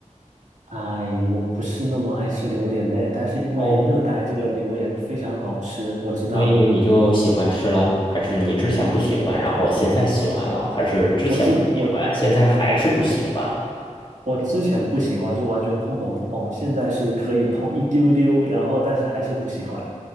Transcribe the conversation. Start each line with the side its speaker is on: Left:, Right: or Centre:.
Right: 哎，我不是那么爱吃榴莲呢，但是因为热带这个榴莲非常好吃，
Left: 哦。
Right: 我知道，
Left: 所以你就喜欢吃了，还是你之前不喜欢，然后现在喜欢了，还是之前不喜欢，
Right: 我之我
Left: 现在还是不喜欢？
Right: 我之前不喜欢，是完全碰都不碰，现在是可以碰一丢丢，然后但是还是不喜欢。